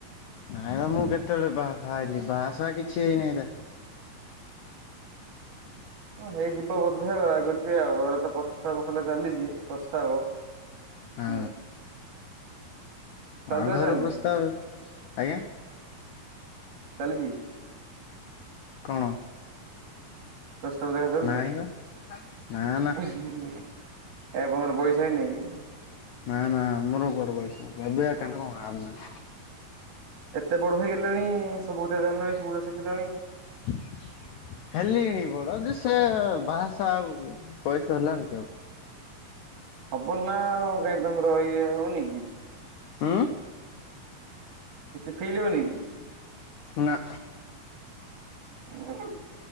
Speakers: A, on the left; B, on the right.
A: ନାଇଁ ମ ମୁଁ କେତେବେଳେ ବାହା ଫାଆ ହେଲି ବାହା ଫାଆ କିଛି ହେଇନାହିଁ ହେରା।
B: ହଁ ହେଇଯିବ ବୋଧେ ଆଉ ଲାଗୁଛି ଆଉ ଘରେ ତ ପ୍ରସ୍ତାବ ଖୋଲା ଚାଲିଛି ପ୍ରସ୍ତାବ।
A: ହଁ,
B: ହୁଁ। ଚାଲିଲା
A: ଆଉ କାହାର
B: ଚାଲିନି
A: ପ୍ରସ୍ତାବ ଆଜ୍ଞା।
B: ଚାଲିଛି।
A: କଣ?
B: ପ୍ରସ୍ତାବ
A: ନାଇଁ ବା
B: ଦେଖା
A: ନା ନା
B: ଚାଲିଛି। ଏ ପୁଅର ବୟସ ହେଇନି କି?
A: ନା ନା ଆମର ଗୋଡେ ବଏସ ଏବେ କଣ ନାଁ
B: ଏତେ ବଡ ହେଇଗଲେଣି ସବୁ କଥା ଜାଣିଲଣି ସବୁକଥା ଶିଖିଲଣି।
A: <inaudible> ହେଲିଣି ବଡ ଯେ, ସେ ବାହାସା ଆଉ ବୟସ ହେଲାଣି କି ଆଉ।
B: ହବନାଉ କାହିଁ ତମର ଇଏ ହଉନି କି?
A: ହୁଁ।
B: କିଛି ଫିଲ ହୁଏନି?
A: ନା।
B: ଉଁ